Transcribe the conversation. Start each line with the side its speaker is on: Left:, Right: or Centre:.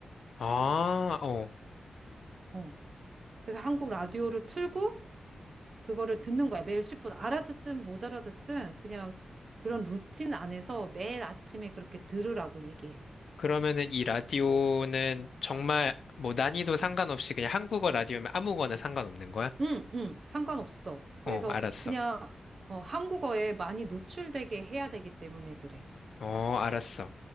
Left: 아, 어.
Right: 어. 그래서 한국 라디오를 틀고 그거를 듣는 거야. 매일 10분 알아듣든 못 알아듣든 그냥 그런 루틴 안에서 매일 아침에 그렇게 들으라고 얘기해.
Left: 그러면은 이 라디오는 정말 뭐 난이도 상관없이 그냥 한국어 라디오면 아무거나 상관없는 거야?
Right: 응, 응, 상관없어. 그래서
Left: 어, 알았어.
Right: 그냥 어, 한국어에 많이 노출되게 해야 되기 때문에 그래.
Left: 어, 알았어.